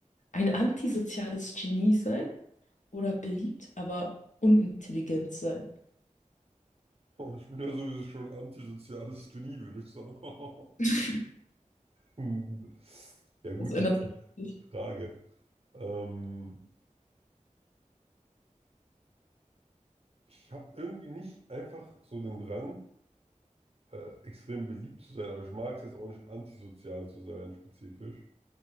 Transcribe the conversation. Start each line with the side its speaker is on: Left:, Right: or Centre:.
Left: ein antisoziales Genie sein oder beliebt, aber unintelligent sein?
Right: Ich bin ja sowieso schon ein antisoziales Genie, würde ich sagen. <laughs>
Left: <laughs>
Right: Hm. Ja, gute
Left: Das ändert sich. nicht.
Right: Frage. Ähm, ich habe irgendwie nicht einfach so den Drang, äh, extrem beliebt zu sein, aber ich mag es jetzt auch nicht, antisozial zu sein, spezifisch.